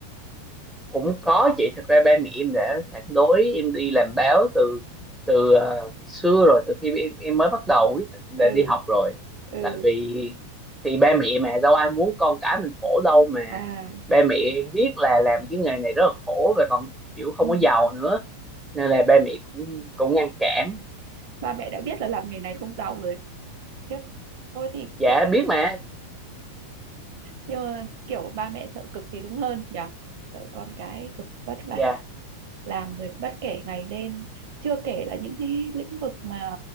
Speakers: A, in the centre; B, on the right (about 50°).
A: cũng có chị thực ra ba mẹ em đã phản đối em đi làm báo từ từ ờ, ngày xưa rồi từ khi em em mới bắt đầu quyết định là
B: ừ
A: đi học rồi
B: ừ
A: tại vì thì ba mẹ mà đâu ai muốn con cái mình khổ đâu mà
B: à
A: ba mẹ em biết là làm cái nghề này rất là khổ và còn kiểu không
B: ừ.
A: có giàu nữa nên là ba mẹ cũng cũng ngăn cản
B: ba mẹ đã biết là làm nghề này không giàu rồi Khiếp. thôi thì
A: dạ
B: kiểu
A: biết mà
B: nhưng mà kiểu ba mẹ sợ cực thì đúng hơn nhở sợ con cái cực vất vả
A: dạ
B: làm rồi bất kể ngày đêm chưa kể là những cái lĩnh vực mà